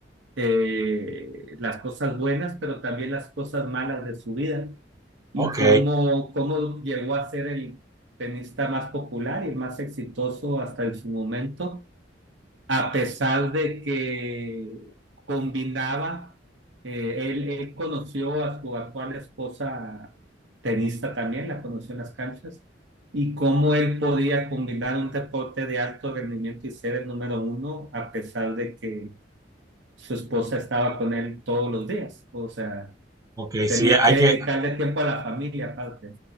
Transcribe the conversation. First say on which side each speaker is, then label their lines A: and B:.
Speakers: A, on the right (about 80°); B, on the right (about 20°).
A: eh, las cosas buenas, pero también las cosas malas de su vida y
B: ok,
A: cómo, cómo llegó a ser el tenista más popular y el más exitoso hasta en su momento, a pesar de que combinaba, eh, él, él conoció a su actual esposa tenista también, la conoció en las canchas, y cómo él podía combinar un deporte de alto rendimiento y ser el número uno, a pesar de que su esposa estaba con él todos los días. O sea,
B: ok,
A: tenía
B: sí, hay
A: que
B: que,
A: dedicarle tiempo a la familia aparte.